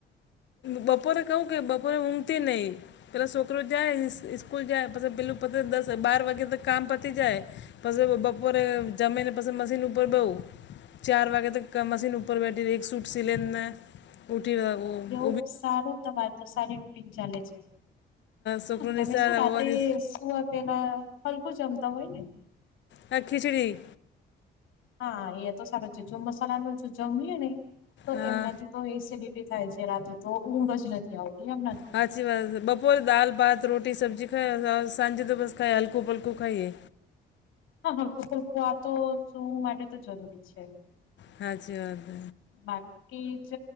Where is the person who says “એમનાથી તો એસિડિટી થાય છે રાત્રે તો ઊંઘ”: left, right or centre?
Left